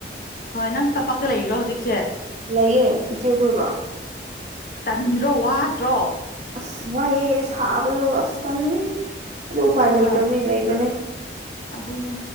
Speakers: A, on the left; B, on the right.
A: ꯍꯣꯏ ꯅꯪꯁꯨ ꯇꯝꯄꯥꯛꯇ ꯂꯩꯔꯤꯔꯣ ꯍꯧꯖꯤꯛꯁꯦ ꯑ
B: ꯂꯩꯌꯦ ꯏꯆꯦꯈꯣꯏꯒ
A: ꯇꯟꯗ꯭ꯔꯣ ꯋꯥꯗ꯭ꯔꯣ
B: ꯑꯁ ꯋꯥꯏꯦꯁ ꯍꯥꯕ ꯑꯁꯇꯥꯂꯦ ꯑꯗꯨ ꯎꯄꯥꯏ
A: ꯍꯣꯏ
B: ꯂꯩꯇꯕ
A: ꯍꯣꯏ
B: ꯂꯩꯕꯅꯤ
A: ꯑꯗꯨꯅꯦ